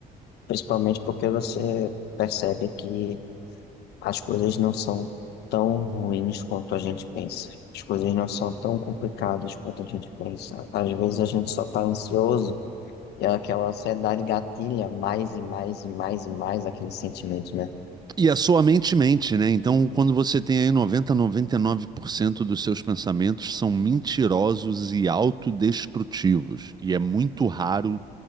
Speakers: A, on the left (about 75°); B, on the right (about 25°).
A: Principalmente porque você percebe que as coisas não são tão ruins quanto a gente pensa. As coisas não são tão complicadas quanto a gente pensa. Às vezes a gente só tá ansioso e é aquela ansiedade gatilha mais e mais e mais e mais aquele sentimento, né?
B: E a sua mente mente, né? Então, quando você tem aí noventa, noventa e nove por cento dos seus pensamentos são mentirosos e autodestrutivos, e é muito raro